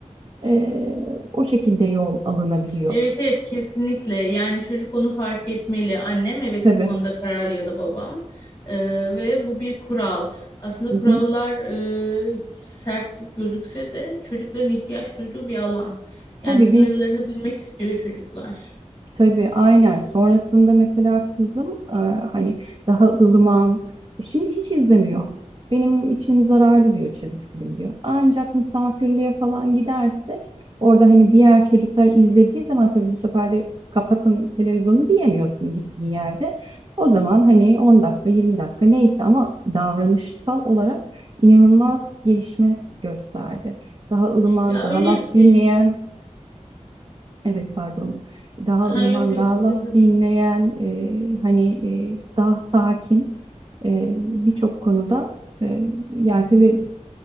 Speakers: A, on the right (about 40°); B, on the left (about 20°).
A: e, o şekilde yol alınabiliyor.
B: Evet evet kesinlikle yani çocuk onu fark etmeli. Annem evet
A: Tabii.
B: bu konuda kararlı ya da babam Ee, ve bu bir kural. Aslında
A: Hı
B: kurallar
A: hı.
B: e, sert gözükse de çocukların ihtiyaç duyduğu bir alan.
A: Tabii
B: Yani sınırlarını
A: biz
B: bilmek istiyor çocuklar.
A: Tabii aynen. Sonrasında mesela kızım e, hani daha ılıman. e, Şimdi hiç izlemiyor. Benim için zararlı diyor çizgi film diyor. Ancak misafirliğe falan gidersek orada hani diğer çocuklar izlediği zaman tabii bu sefer de kapatın televizyonu diyemiyorsun gittiğin yerde. O zaman hani 10 dakika 20 dakika neyse ama davranışsal olarak inanılmaz gelişme gösterdi. Daha ılıman,
B: Ya
A: daha
B: öyle
A: laf
B: e,
A: dinleyen Evet pardon. Daha
B: ha
A: ılıman,
B: yok yok
A: daha
B: sıkıntı
A: laf dinleyen,
B: değil.
A: e, hani e, daha sakin e, birçok konuda. E, yani tabii